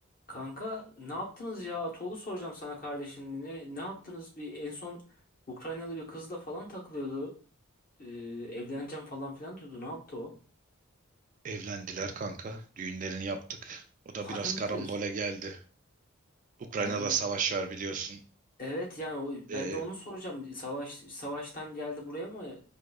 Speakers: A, on the left (about 40°); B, on the right (about 40°).
A: Kanka ne yaptınız ya? Atoğlu soracağım sana kardeşin. Ne, ne yaptınız? Bir en son Ukraynalı bir kızla falan takılıyordu. Ee, evleneceğim falan filan diyordu. Ne yaptı o?
B: Evlendiler kanka. Düğünlerini yaptık. O
A: <laughs>
B: da
A: Harbi
B: biraz
A: mi
B: karambole
A: diyorsun?
B: geldi. Ukrayna'da
A: He.
B: savaş var biliyorsun.
A: Evet yani o,
B: Ee,
A: ben de onu soracağım. Savaş savaştan geldi buraya mı